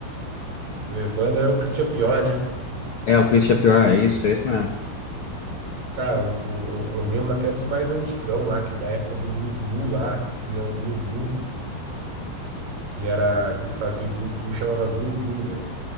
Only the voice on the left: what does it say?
É, o Christian Pior, é isso, é isso mesmo.